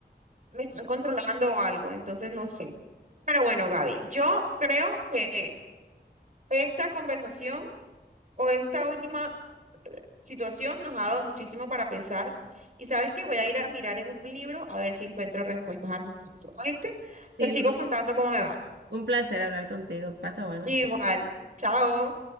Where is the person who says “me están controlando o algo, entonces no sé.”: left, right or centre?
Right